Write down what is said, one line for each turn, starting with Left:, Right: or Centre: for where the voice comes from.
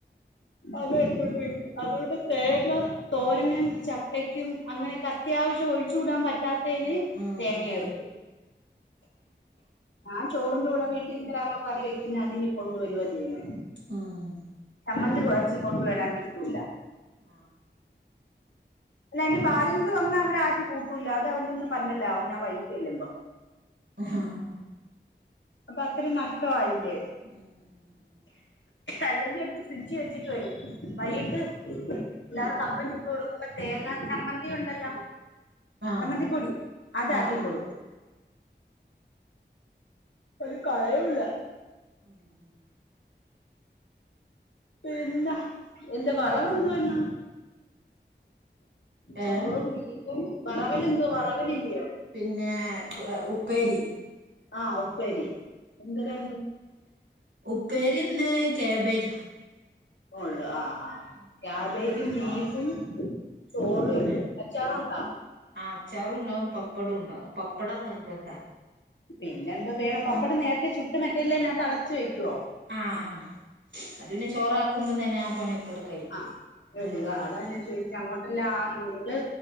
Left: അത് എടുത്തോണ്ട് പോയി അതോണ്ട് തേങ്ങ തോരനും ചക്കക്കും അങ്ങനെ അത്യാവശ്യം ഒഴിച്ചു കൂടാൻ പറ്റാ പറ്റാത്തേന്
Right: ഉം
Left: തേങ്ങയരക്കും.
Right: ഉം ഉം
Left: ഞാൻ ചോറിന്റെ കൂടെ വീട്ടിൽ എന്തിലാണോ കറി വെക്ക്ന്നെ അത് ഇങ്ങ് കൊണ്ട് വെരുവാ ചെയ്യുന്നെ
Right: ഉം ഉം ഉം
Left: മ്മന്തി കുറച്ച് കൊണ്ടുവരാൻനിക്കൂല
Right: ഉം
Left: അല്ല അതിന്റെ ബാലൻ സ് വന്ന അവിടെ ആരും കൂട്ടൂല അത് അവിടെ നിന്ന് പന്നാലാവും ഞൻ വൈകിട്ട് ചെല്ലുമ്പോ.
Right: ഹ് ആഹ് ആഹ്
Left: അപ്പൊഅത്തിരിം നഷ്ടമായി അതെ
Right: ഉം ഉം ഉം
Left: അല്ലങ്കിലെടുത്ത് ഫ്രിഡ്ജ് വെച്ചിട്ട് വരും വൈകിട്ട്
Right: ഉം
Left: എല്ലാർക്കും അപ്പം ചുട്ടു കൊടുക്കുമ്പോ തേങ്ങാ ചമ്മന്തി ഉണ്ടല്ലോ
Right: ആഹ്
Left: ചമ്മന്തിപ്പൊടി അതാക്കിക്കൊടുക്കും
Right: ആഹ് ആഹ്
Left: ഓര് കളയൂല്ല
Right: <unintelligible>
Left: പിന്നെ എന്താ വറവെന്തുവാ ഇന്ന് ചോറും
Right: ഏഹ്
Left: ബീഫും വറവല് എന്തുവാ വറവൽഇല്യോ യോ
Right: പിന്നെ ഉപ്പേരി
Left: ആ ഉപ്പേരി എന്തോരായിന്നു
Right: ഉപ്പേരി ഇന്ന് കാബേജാ
Left: ഒള്ളു ആ
Right: ഉം
Left: ക്യാബേജും
Right: ഉം
Left: ബീഫും ചോറേ
Right: പിന്നെ
Left: ഉള്ളൂ അച്ചാറുണ്ടോ
Right: ആ അച്ചാറും ഉണ്ടാവും പപ്പടം ഉണ്ടാവും. പപ്പടം നിർബന്ധമാ
Left: പിന്നെ എന്താ വേറെ പപ്പടം നേരത്തെ ചുട്ടും മറ്റേല്ലതിനകത്ത് അടച്ചു വെക്കുവോ?
Right: ആഹ് ആ അത് പിന്നെ ചോറാക്കുമ്പോം തന്നെ ആ പണിയൊക്കെ- അങ്ങട് കഴിക്കും
Left: ആഹ
Right: പിന്നെ
Left: ഇടുക അതാ ഞാൻ ചോദി- അങ്ങോട്ടല്ലാം ആണ് നിങ്ങള്